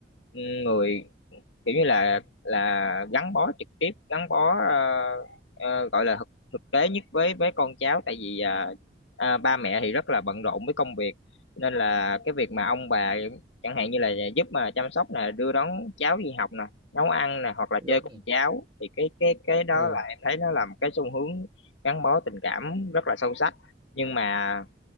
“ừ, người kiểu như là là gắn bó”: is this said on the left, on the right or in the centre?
Left